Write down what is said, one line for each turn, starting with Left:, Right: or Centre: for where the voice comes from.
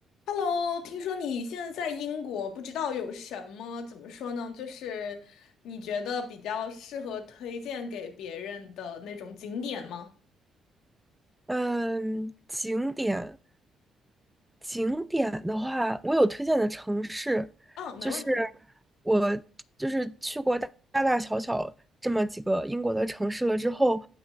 Left: Hello，听说你现在在英国，不知道有什么，怎么说呢？就是你觉得比较适合推荐给别人的那种景点吗？
Centre: 嗯，景点景点的话，我有推荐的城市，
Left: 嗯，没问题。
Centre: 就是我就是去过大大大小小这么几个英国的城市了之后，